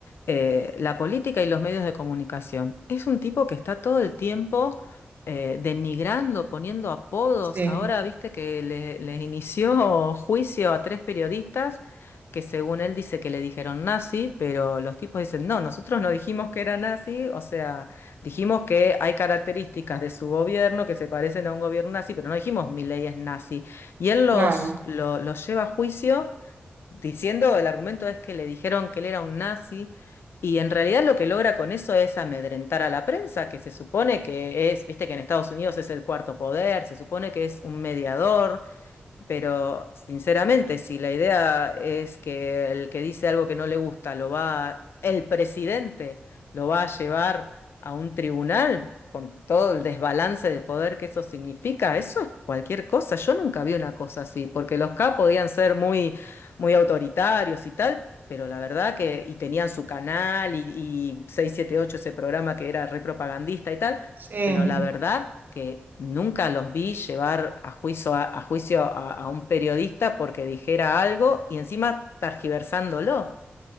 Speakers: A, on the left; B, on the right.
A: eh, la política y los medios de comunicación. Es un tipo que está todo el tiempo eh, denigrando, poniendo apodos.
B: Sí,
A: Ahora viste que le, les inició <laughs> juicio a tres periodistas que según él dice que le dijeron nazi, pero los tipos dicen, no, nosotros no dijimos que era nazi, o sea, dijimos que hay características de su gobierno que se parecen a un gobierno nazi, pero no dijimos Milei es nazi. Y él los,
B: claro,
A: lo- los lleva a juicio diciendo, el argumento es que le dijeron que él era un nazi, y en realidad lo que logra con eso es amedrentar a la prensa, que se supone que es, viste que en Estados Unidos es el cuarto poder, se supone que es un mediador. Pero sinceramente, si la idea es que el que dice algo que no le gusta lo va, el presidente lo va a llevar a un tribunal con todo el desbalance de poder que eso significa, eso es cualquier cosa. Yo nunca vi una cosa así, porque los K podían ser muy, muy autoritarios y tal, pero la verdad que, y tenían su canal y, y 678, ese programa que era repropagandista y tal
B: sí.
A: pero la verdad que nunca los vi llevar a juicio a, a juicio a, a un periodista porque dijera algo y encima targiversándolo.